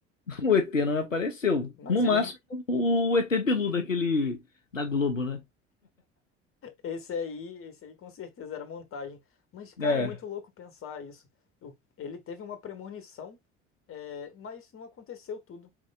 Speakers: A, on the left; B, on the left.
A: <laughs> O ET não apareceu.
B: Mas
A: No
B: ele,
A: máximo, o ET Bilu daquele da Globo, né?
B: esse aí, esse aí com certeza era montagem. Mas, cara,
A: É,
B: é muito louco pensar isso. O- Ele teve uma premonição, é, mas não aconteceu tudo.